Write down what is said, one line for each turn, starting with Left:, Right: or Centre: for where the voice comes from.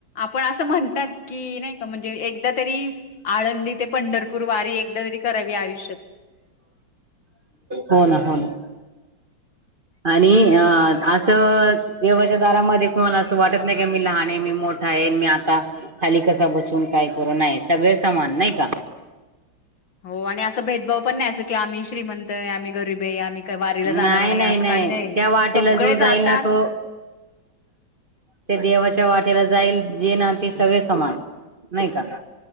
Left: पण अस म्हणतात की नाही का म्हणजे एकदा तरी आळंदी ते पंढरपूर वारी एकदा तरी करावी आयुष्यत
Right: हो ना हो ना आणि अ असं देवाच्या दारामध्ये मला अस वाटत नाही मी लहान आहे मी मोठा आहे मी आता खाली कसा बसून काय करू सग सामान नाही का
Left: हो आणि असं भेदभाव पण नाही अस कि आम्ही श्रीमंत आहे आम्ही गरीब आहे आम्ही काय वारीला जाणार
Right: नाही नाही
Left: असं
Right: नाही
Left: काही
Right: त्या वाटेला
Left: सगळे
Right: जो
Left: जातात
Right: जाईल ना तो ते देवाच्या वाट जे जाईल जे नाती सगळे समान नाही का